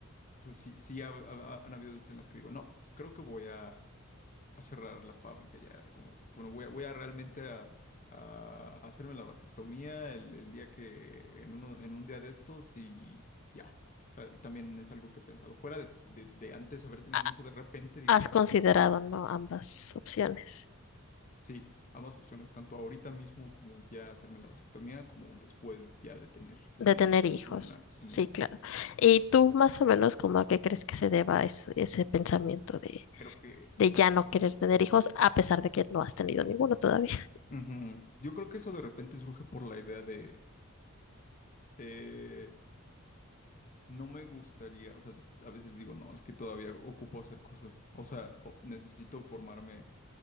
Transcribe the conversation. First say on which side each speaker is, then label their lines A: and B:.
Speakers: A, on the left (about 35°); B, on the left (about 60°).
A: o sea, sí, sí ha- ha- han habido veces en las que digo, no, creo que voy a a cerrar la fábrica ya. Es como, bueno, voy a, voy a realmente a, a hacerme la vasectomía el, el día que, en uno, en un día de estos y ya. O sea, también es algo que he pensado. Fuera de, de- de antes haber tenido
B: Ha-
A: un hijo, de repente digo
B: Has
A: ya.
B: considerado, ¿no? Ambas opciones
A: Sí, ambas opciones, tanto ahorita mismo como ya hacerme la vasectomía, como después ya de tener al
B: de
A: menos
B: tener hijos.
A: una,
B: Sí,
A: un hijo.
B: claro. ¿Y
A: Entonces,
B: tú más o menos como a qué crees que se deba eso- ese pensamiento de,
A: creo que...
B: de ya no querer tener hijos a pesar de que no has tenido ninguno todavía?
A: Ujú. Yo creo que eso de repente surge por la idea de... eh, No me gustaría, o sea, a veces digo, no, es que todavía ocupo hacer cosas, o sea, o- necesito formarme,